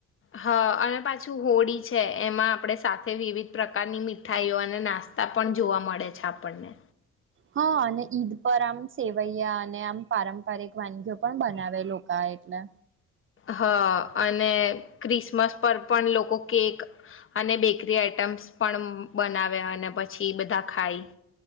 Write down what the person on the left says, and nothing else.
હા અને પાછું હોળી છે એમાં આપણે સાથે વિવિધ પ્રકારની મીઠાઈઓ અને નાસ્તા પણ જોવા મળે છે આપણને.
હા અને ક્રિસમસ પર પણ લોકો કેક અને બેકરી આઈટમ્સ પણ બનાવે અને પછી બધા ખાય.